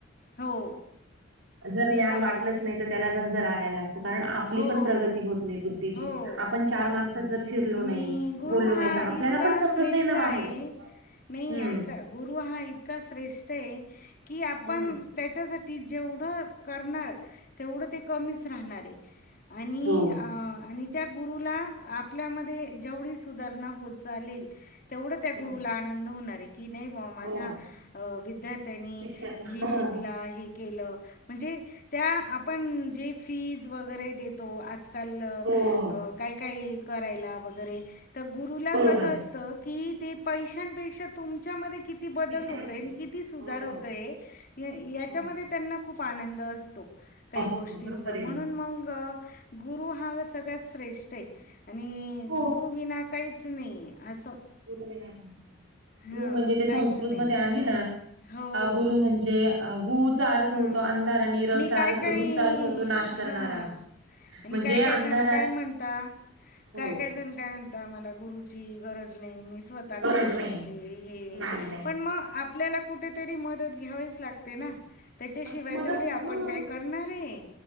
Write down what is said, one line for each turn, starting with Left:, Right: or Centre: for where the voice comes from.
Left: हो.
Right: जर
Left: ते
Right: ज्ञान
Left: तर आहेच
Right: वाटलंच नाही तर त्याला गंज लागायला लागतो कारण आपली
Left: हो
Right: पण. प्रगती होत नाही बुद्धीची..
Left: हो
Right: आपण चार माणसात जर फिरलो
Left: आणि...
Right: नाही
Left: गुरु
Right: बोललो
Left: हा
Right: नाही तर आपल्याला
Left: इतका
Right: पण समजत
Left: श्रेष्ठ
Right: नाही ना
Left: आहे..
Right: बाहेर
Left: ये... नाही
Right: हम्म
Left: ऐका. गुरु हा इतका श्रेष्ठ आहे की आपण
Right: हम्म
Left: त्याच्यासाठी जेवढं करणार. तेवढं ते कमीच राहणार आहे आणि
Right: हो
Left: आणि त्या गुरुला आप आपल्यामध्ये जेवढी सुधारणा होत चालेल तेवढं
Right: हम्म
Left: त्या गुरुला आनंद होणार आहे. कि नाही बा.. माझ्या
Right: हो
Left: अ.. विद्यार्थ्यांनी
Right: शिष्याचा
Left: ही
Right: हा
Left: शिकला आहे. केलं म्हणजे त्या आपण जे फीज वगैरे देतो आ आजकाल
Right: हो हो
Left: काय काय करायला वगैरे तर गुरुला
Right: बरोबर
Left: कसं
Right: आहे
Left: असतं. कि ते पैशांपेक्षा तुमच्यामध्ये किती किती बदल
Right: विद्यार्थी
Left: होतय
Right: हो
Left: किती सुधार होतय याच्यामध्ये
Right: हम्म
Left: त्यांना. खूप आनंद असतो काही
Right: असतो
Left: गोष्टींचा
Right: बरोबर
Left: म्हणून
Right: आहे हो
Left: मग. गुरु हा सगळ्यात श्रेष्ठ आणि
Right: हो
Left: गुरु विना काहीच नाही असं..
Right: गुरु विना काही नाही ुु
Left: हां
Right: गुरु म्हणजे ते
Left: काहीच
Right: संस्कृत
Left: नाही
Right: मध्ये आहे.
Left: हो
Right: गुरु म्हणजे गु चा अर्थ
Left: हा
Right: होतो अंधार आणि र चार
Left: काय काही
Right: रू चा अर्थ होतो नाश
Left: हा
Right: करणारा.
Left: आणि
Right: म्हणजे
Left: काय काय
Right: अंधारात
Left: जण काय म्हणता काय
Right: हो
Left: काय. काय म्हणता मला गुरुची गरज नाही मी स्वः ता
Right: गरज
Left: करू शकते
Right: नाही
Left: हे
Right: नाही नाही
Left: पण मग आप आपल्याला कुठेतरी मदत घ्यावीच लागते ना. त्याच्याशिवाय
Right: मग ते मदत
Left: थोडी
Right: हा
Left: आपण काही करणारय...